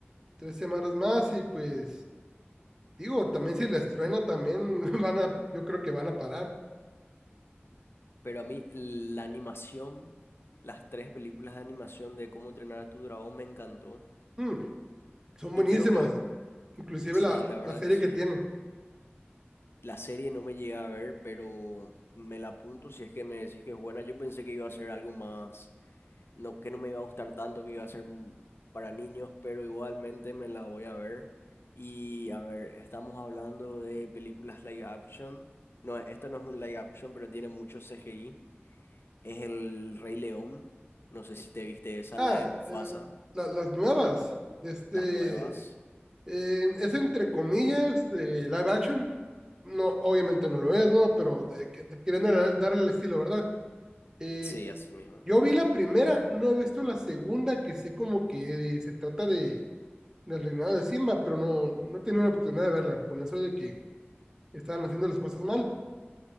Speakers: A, on the right; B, on the left.
A: tres semanas más y pues digo, también si la truena también <laughs> van a, yo creo que van a parar.
B: Pero a mí la animación, las tres películas de animación de cómo entrenar a tu dragón me encantó.
A: Hmm. son
B: Y
A: buenísimas.
B: creo que el-
A: Inclusive
B: sí,
A: la,
B: la verdad
A: la serie
B: que sí.
A: que tienen.
B: La serie no me llegué a ver, pero me la apunto si es que me decís que es buena. Yo pensé que iba a ser algo más no, que no me iba a gustar tanto, que iba a ser mu- para niños, pero igualmente me la voy a ver. Y a ver, estamos hablando de películas live action. No, esto no es un live action, pero tiene mucho CGI. Es El Rey León. No sé si te viste esa,
A: Ah,
B: la de Mufasa,
A: el- la- las nuevas. De este,
B: las nuevas.
A: eh, es entre comillas eh, live action. No, obviamente no lo es, ¿no? Pero de que- de queriendo dar- darle el estilo, ¿verdad? Eh,
B: Sí, así mismo.
A: yo vi la primera, no he visto la segunda, que sé como que se trata de, del reinado de Simba, pero no, no he tenido la oportunidad de verla, con eso de que estaban haciendo las cosas mal.